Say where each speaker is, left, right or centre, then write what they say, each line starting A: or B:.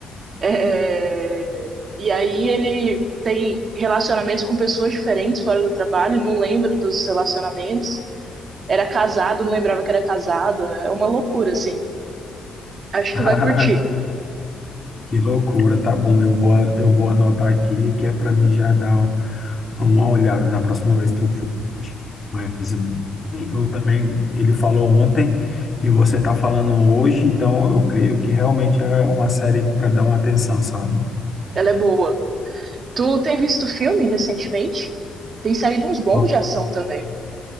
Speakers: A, on the right (about 50°); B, on the left (about 30°).
A: É, é, e aí ele tem relacionamentos com pessoas diferentes fora do trabalho, não lembra dos relacionamentos. Era casado, não lembrava que era casado. É uma loucura, assim. Acho que
B: <laughs>
A: tu vai curtir.
B: Que loucura, tá bom. Eu vou, eu vou anotar aqui, que é para mim já dar uma olhada na próxima vez que eu for. Mas eu também, ele falou ontem e você tá falando hoje, então eu creio que realmente é uma série para dar uma atenção, sabe?
A: Ela é boa. Tu tem visto filme recentemente? Tem saído uns bons
B: Ó,
A: de ação também.